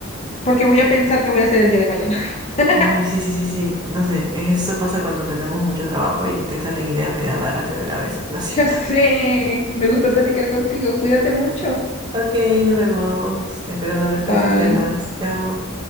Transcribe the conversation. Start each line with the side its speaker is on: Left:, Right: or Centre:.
Left: porque voy a pensar qué voy a hacer el día de mañana. <laughs>
Right: Ay, sí, sí, sí, sí, no sé, es- eso pasa cuando tenemos mucho trabajo y te salen ideas medio raras de la cabeza, lo siento.
Left: Ya sé, me gustó platicar contigo. Cuídate mucho.
Right: Ok, nos vemos. Espero no hablarte
Left: Bye.
Right: de esos temas. Chao.